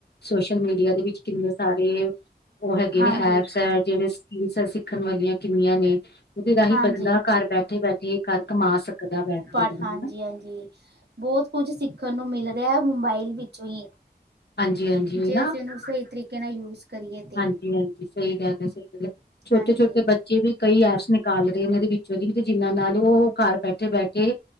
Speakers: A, on the left (about 70°); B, on the right (about 70°).
A: ਸੋਸ਼ਲ ਮੀਡੀਆ ਦੇ ਵਿੱਚ ਕਿੰਨੇ ਸਾਰੇ ਉਹ ਹੈਗੇ
B: ਹਾਂਜੀ
A: ਨੇ ਐਪਸ ਹੈ ਜਿਹੜੇ ਕਿੰਨੀ ਸਾਰੀ ਸਿੱਖਣ ਵਾਲੀਆਂ ਕਿੰਨੀਆਂ ਨੇ। ਉਦੇ ਰਾਹੀਂ
B: ਹਾਂਜੀ
A: ਬੰਦਾ ਘਰ ਬੈਠੇ, ਬੈਠੇ ਘਰ ਕਮਾ ਸਕਦਾ ਬੈਠ
B: ਪਰ
A: ਕੇ ਬੰਦਾ
B: ਹਾਂਜੀ
A: ਹਨਾ।
B: ਹਾਂਜੀ <unintelligible> ਬੋਹਤ ਕੁਝ ਸਿੱਖਣ ਨੂੰ ਮਿਲ ਰਿਐ ਮੋਬਾਇਲ ਵਿੱਚੋਂ ਈ।
A: ਹਾਂਜੀ ਹਾਂਜੀ ਉਹ
B: ਜੇ ਅਸੀਂ ਇਹਨੂੰ ਸਹੀ ਤਰੀਕੇ ਨਾਲ ਯੂਜ ਕਰੀਏ ਤੇ
A: ਹਾਂਜੀ, ਹਾਂਜੀ ਸਹੀ ਗੱਲ ਏ, ਸਹੀ ਗੱਲ ਏ ਛੋਟੇ,
B: ਹਾਂਜੀ
A: ਛੋਟੇ ਬੱਚੇ ਵੀ ਕਈ ਐਪਸ ਨੇ ਕਾਲ ਰੇ ਨੇ ਇਹਨਾਂ ਦੇ ਵਿੱਚੋਂ ਦੀ ਤੇ ਜਿਹਨਾਂ ਨਾਲ ਉਹ ਘਰ ਬੈਠੇ ਬੈਠੇ